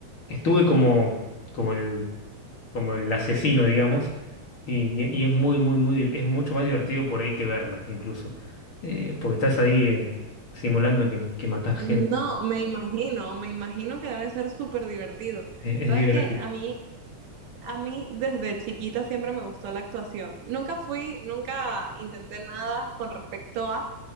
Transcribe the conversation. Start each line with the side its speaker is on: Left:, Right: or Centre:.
Left: estuve como, como el, como el asesino, digamos, y, y es muy, muy, muy, es mucho más divertido por ahí que verla, incluso, Eh, porque estás ahí eh, simulando que, que matás gente,
Right: No, me imagino, me imagino que debe ser súper divertido.
Left: es, es
Right: Sabes
Left: divertido.
Right: que a mí, a mí desde chiquita siempre me gustó la actuación. Nunca fui, nunca intenté nada con respecto a,